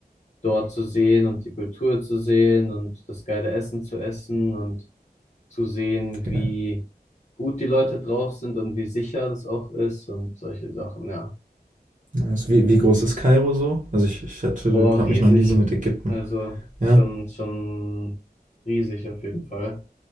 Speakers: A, on the left; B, on the right.
A: dort zu sehen und die Kultur zu sehen und das geile Essen zu essen und zu sehen,
B: geil.
A: wie gut die Leute drauf sind und wie sicher das auch ist und solche Sachen, ja.
B: Nice. Wie, wie groß ist Kairo so? Also ich, ich hatte,
A: Boah,
B: habe
A: riesig.
B: mich noch nie so mit Ägypten.
A: Also
B: Ja.
A: schon, schon riesig auf jeden Fall.